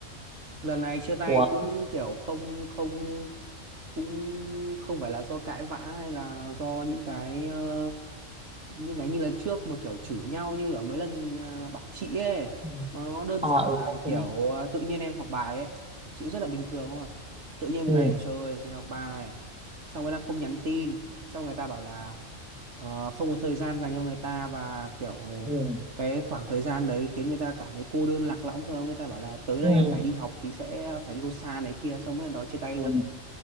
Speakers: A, on the right; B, in the centre.
A: lần này chia tay
B: Ủa?
A: cũng kiểu không không cũng không phải là do cãi vã hay là do những cái ờ, những cái như lần trước mà kiểu chửi nhau như ở mấy lần ờ, bảo chị ấy
B: Ừ.
A: mà nó đơn
B: À,
A: giản
B: ừ,
A: là
B: ok.
A: kiểu ờ, tự nhiên em học bài ấy sự rất là bình thường thôi tự nhiên một
B: Ừ,
A: ngày đẹp trời ngồi học bài xong rồi là không nhắn tin xong người ta bảo là ờ, không có thời gian dành cho người ta và kiểu
B: ừ,
A: cái khoảng thời gian đấy khiến người ta cảm thấy cô đơn lạc lõng sau đó người ta bảo là tới
B: ừ,
A: đây em phải
B: ừ,
A: đi học thì sẽ phải yêu xa này kia xong rồi nói chia tay
B: ừ.
A: luôn